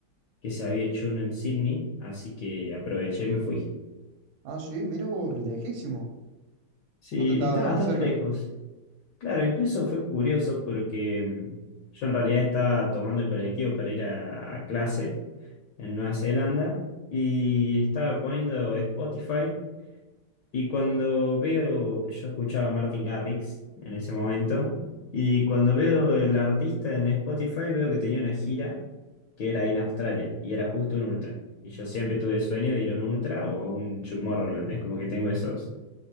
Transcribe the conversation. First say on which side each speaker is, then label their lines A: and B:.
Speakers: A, on the left; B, on the right.
A: que se había hecho uno en Sydney, así que aproveché y me fui.
B: Ah, sí, mira vos, lejísimo.
A: Sí,
B: Justo estabas,
A: estaba
B: digamos,
A: bastante
B: cerca.
A: lejos. Claro, incluso fue curioso porque mm, yo en realidad estaba tomando el colectivo para ir a, a clase en Nueva Zelanda y estaba poniendo Spotify Y cuando veo, yo escuchaba a Martin Garrix en ese momento, y cuando veo el artista en Spotify veo que tenía una gira que era ahí en Australia, y era justo un ultra. Y yo siempre tuve el sueño de ir a un ultra o a un Tomorrowland, es como que tengo esos.